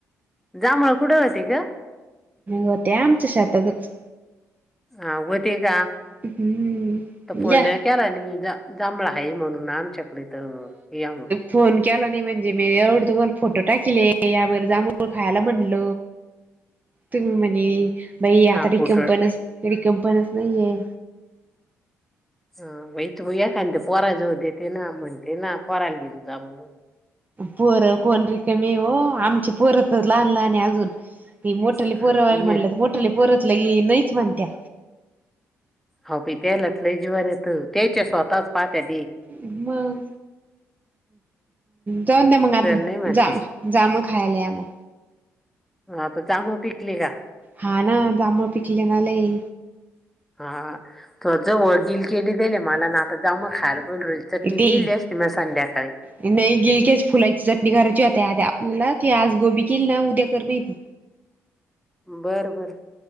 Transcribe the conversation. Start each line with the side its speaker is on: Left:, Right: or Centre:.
Centre: जांभळं कुठं होते ग?
Right: होते आमच्या शेतातच.
Centre: हा होते का.
Right: हम्म
Centre: तर फोन
Right: या
Centre: नाही केला नाही जांभळं आहे म्हणून. ना आमच्याकडे तर या मग.
Right: फोन केला नाही म्हणजे, मीे एवढी तुम्हाला. फोटो टाकीले यावर जांभूळ खायला म्हणल तुम्ही म्हणे. बाई
Centre: हा
Right: आता रिकंपनच
Centre: पोटळ
Right: रिकामपणच नाहीेये.
Centre: हा बाई तू एखांद ते पोरा जाऊ देते ना म्हणते ना पोराला घेऊ जा म्हण.
Right: पोरं कोण रिकामी हो, आमची पोर तर लहान लहान आहे अजून. ती मोठाले
Centre: हा
Right: पोरवायला
Centre: ते
Right: म्हणलं तर मोठाले पोरतलं की नाहीच म्हणतात.
Centre: हो विकायलाच जीवार येत त्याच्या स्वतःच पाहत्या ती
Right: मग जाऊन द्या मग आता,
Centre: नाही म्हणते
Right: जाम जाम खायला या मग.
Centre: हा तर जांभळं पिकले का?
Right: हा ना जांबळ पिकले ना लय.
Centre: हा तो जवळ गिलकेने दिले मला ना आता जांभळं खायला बोलू राहिली. चटणी
Right: ते
Centre: केली असती मग संध्याकाळी.
Right: नाही गिलकयाची फुलाची चटणी करायची होता आ आपल्याला ती आज गोबी किल ना उद्या कर नाही ती.
Centre: बरं बरं.